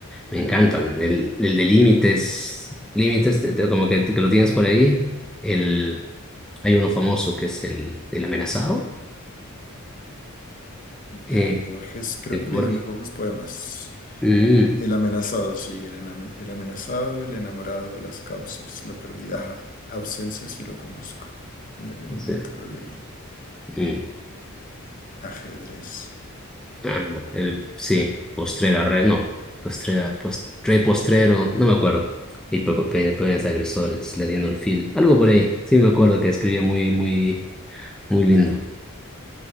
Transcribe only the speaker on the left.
ujú.
De
Borges, creo
que
he leído muy pocos poemas.
El amenazado, sí, el, ename- el amenazado, el enamorado, las causas, la pérdida, ajá, la ausencia, sí lo conozco. En algún momento
lo leí.
Ajedrez.